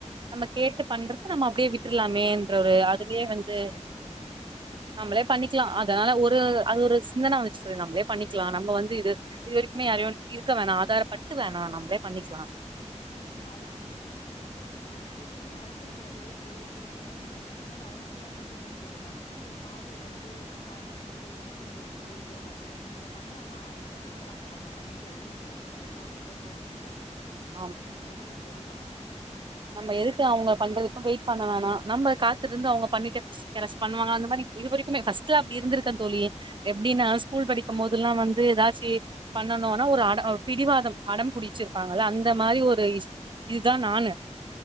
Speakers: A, on the right; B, on the left.
A: நம்ம கேட்டு பண்றது நம்ம அப்படியே விட்டுலாம் ன்ற ஒரு
B: ஆ
A: அதுலயே வந்து
B: கரெக்ட்
A: நம்மளே பண்ணிக்கலாம் அதனால ஒரு அது ஒரு சிந்தன வந்துச்சு சொ நம்மளே பண்ணிக்க இருக்லாம் நம்ம வந்து இது இது வரைக்குமே யார இருக்க வேணா ஆதாரப்படுத்த நா நம்மளே பண்ணிக்கலாம்
B: அ எப்பயுமே அடுத்த முன்னாடி போய் போ போயிட்டு வ நம்மளுக்கு பின்னாடி அவங்க பின்னாடி தான் போணும்ணும் நமக்க ஒரு பாதையை வந்து பார்த்துகிட்டு போகணும்னு யோசிக்கவே தோணாது இவங்க பண்றானா இவங்க பண்றாங்க நம்ம பண்ணிக்கல இவங்ககிட்ட இப்ப பன்னிக்கலாம் அப்படிங்க தோனும் கரெக்ட்
A: உம்
B: நீங்க சொல்றது சரிதான்
A: நம்ம எதுக்கு அவங்க பண்றதுக்கும் வெயிட் பண்ண வேணாம் நம்ம காத்திருந்து அவங்க பண்ணிட்டு யாராச்சு பண்ணுவாங்க அந்த மாதிரி இதுவரைக்கும் ஃபர்ஸ்ட்ல அப்படி இருந்துருகேன் தோழி எப்படின்னா ஸ்கூல் படிக்கும் போதெல்லாம் வந்து ஏதாச்சும் பண்ணனும்னா ஒரு அடம் பிடிவாதம் அடம்பிடிச்சிருப்பாங்கல்ல அந்த மாதிரி ஒரு இ இதுதான் நானு